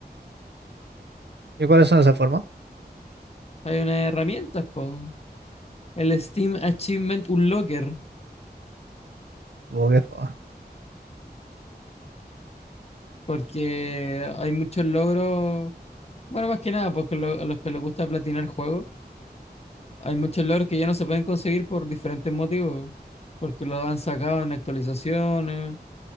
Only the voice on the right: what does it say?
¿Y cuáles son esas formas?
Oh, qué fama.